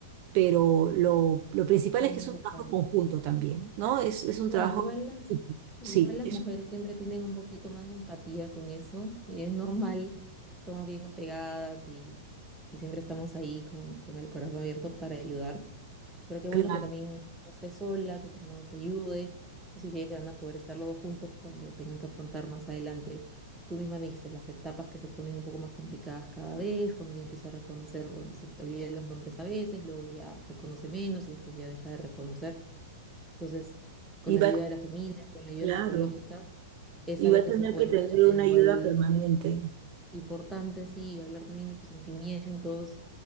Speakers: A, on the right; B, in the centre.
A: pero lo, lo principal
B: Bien
A: es que es
B: importante.
A: un trabajo en conjunto también, ¿no? Es, es un
B: Claro,
A: trabajo,
B: igual las,
A: en equipo.
B: igual
A: sí,
B: las
A: es
B: mujeres siempre tienen un poquito más de empatía con eso y es normal, somos bien apegadas y, y siempre estamos ahí con, con el corazón abierto para ayudar. Pero qué
A: claro,
B: bueno que también no estés sola, que tu hermano te ayude. Eso significa que van a poder estar los dos juntos cuando tengan que afrontar más adelante. Tú misma me dijiste las etapas que se ponen un poco más complicadas cada vez, cuando ya empieza a reconocer, bueno, se olvida los nombres a veces, luego ya reconoce menos y después ya deja de reconocer. Entonces, con
A: y
B: la
A: va,
B: ayuda de la familia, con la ayuda
A: claro,
B: psicológica, es
A: y
B: algo
A: va a
B: que
A: tener
B: se puede
A: que tener
B: mantener
A: una
B: igual
A: ayuda permanente,
B: importante, sí, hablar también de tus sentimientos,